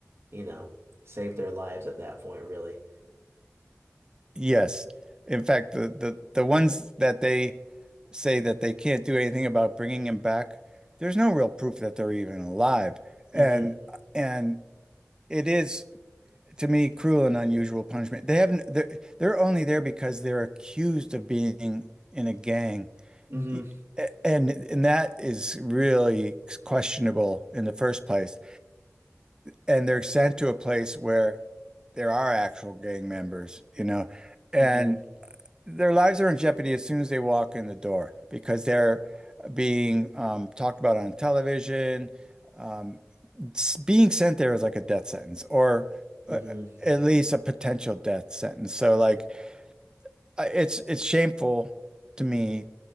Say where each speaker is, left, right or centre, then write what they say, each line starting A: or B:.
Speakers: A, on the right; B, on the right.
A: you know, save their lives at that point, really.
B: Yes. In fact, the the the ones that they say that they can't do anything about bringing him back, there's no real proof that they're even alive.
A: hmm
B: And and it is to me, cruel and unusual punishment. They haven't, they're, they're only there because they're accused of being in a gang.
A: hmm
B: E- And and that is really questionable in the first place. And they're sent to a place where there are actual gang members, you know, and
A: hmm
B: their lives are in jeopardy as soon as they walk in the door because they're being um, talked about on television. Um, s- being sent there is like a death sentence or
A: hmm
B: uh, at least a potential death sentence. So like I- it's it's shameful to me.